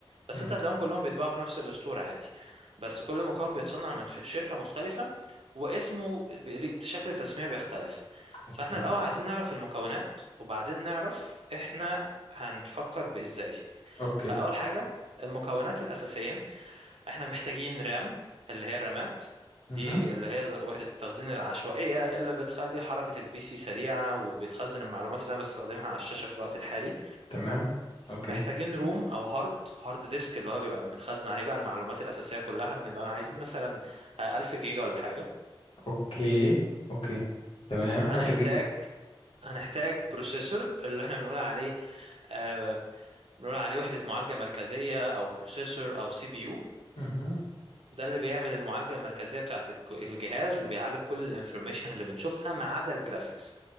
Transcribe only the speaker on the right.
بس
انت هتلاقيهم كلهم بيتباعوا في نفس الستور عادي بس كل مكون بيتصنع من ف- شركة مختلفة واسمه بي- ليه- شكل التسمية بيختلف
فاحنا الأول عايزين نعرف المكونات وبعدين نعرف احنا هنفكر بإزاي
فأول حاجة المكونات الأساسية احنا محتاجين رام اللي هي الرامات دي
اللي هي ز- وحدة التخزين العشوائية اللي بتخلي حركة البي سي سريعة وبتخزن المعلومات اللي انا بستخدمها على الشاشة في الوقت الحالي
محتاجين روم او هارد هارد ديسك اللي هو بيبقى متخزن عليه بقى المعلومات الأساسية كلها بنبقى عايزين مثلا آه، 1000 جيجا ولا حاجة
هنحتاج
هنحتاج بروسيسور اللي احنا بنقول عليه آه، بنقول عليه وحدة معالجة مركزية او بروسيسور او سي بي يو
ده اللي بيعمل المعالجة المركزية بتاعت الك- الجهاز وبيعالج كل الانفورميشن اللي بنشوفها ما عدا الجرافيكس